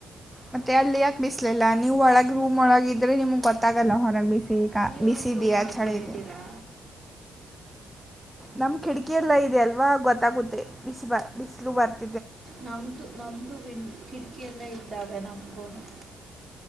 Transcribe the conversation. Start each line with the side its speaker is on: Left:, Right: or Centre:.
Centre: ಮತ್ತೆ ಅಲ್ಲಿ ಯಾಕ್ ಬಿಸ್ಲಾ ನೀವ್ ಒಳಗ ರೂ ಒೊಳಗಿದ್ರೆ ನಿಮ್ಗ್ ಗೊತ್ತಾಗಲ್ಲ ಹೊರಗ್ ಬಿಸ್ಲಿ
Right: ನೀವೇನು
Centre: ಬಿಸಿಿದ
Right: ರೂಮ್ ಹೊರಗಡೆ
Centre: ಚಳದೆ
Right: ಇದ್ದೀರಾ
Centre: ನಮ್ ಕಿಟಕಿಯ ಎಲ್ಲಾ ಇದೆ ಅಲ್ವಾ ಗೊತ್ತಾಗುತ್ತೆ ಬಿಸಿ ಬ ಬಿಸ್ಲು ಬರ್ತ
Right: ನಮ್ದ ನಮ್ದ ಕಿಟಕಿಯಲ್ಲೇ ಇದ್ದಾವೆ ನಮಗೂನು